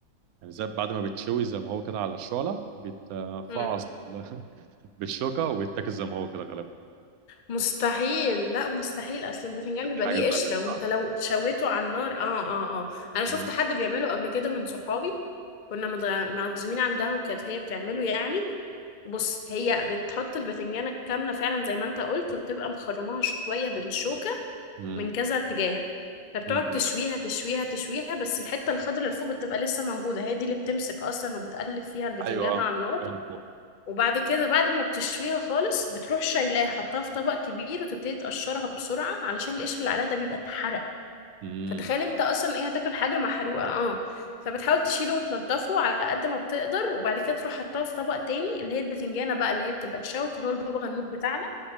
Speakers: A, on the right; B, on the left.
A: يعني زي بعد ما بتشوي زي ما هو كده على الشعله بيتفعص
B: اه
A: بال- <laughs> بالشوكه وبيتاكل زي ما هو كده غالبا
B: مستحيل لا مستحيل اصل البتنجان
A: بتبقى
B: بيبقى
A: حاجه
B: ليه قشرة
A: تانيه
B: وانت
A: صح؟
B: لو شويته على النار اه اه اه انا شفت
A: مم.
B: حد بيعمله قبل كده من صحابي كنا متغ- معزومين عندها وكانت هي بتعمله يعني بص هي بتحط البتنجانة كاملة فعلا زي ما انت قلت وبتبقى مخرماها شوية بالشوكة
A: مم.
B: من كذا اتجاه فبتقعد
A: مم. مم.
B: تشويها تشويها تشويها بس الحتة الخضراء اللي فوق بتبقى لسه موجودة هي دي اللي بتمسك اصلا وبتقلب فيها البتنجانة
A: ايوه اه
B: على النار
A: جوان فوق.
B: وبعد كده بعد ما بتشويها خالص بتروح شايلاها حطها في طبق كبير وتبتدي تقشرها بسرعة علشان القشر اللي عليها ده بيبقى اتحرق
A: مم.
B: فتخيل انت اصلا ايه هتاكل حاجة محروقة اه فبتحاول تشيله وتنضفه على قد ما بتقدر وبعد كده تروح حطاه في طبق تاني اللي هي البتنجانة بقى اللي هي بتبقى تشوت اللي هو البابا غنوج بتاعنا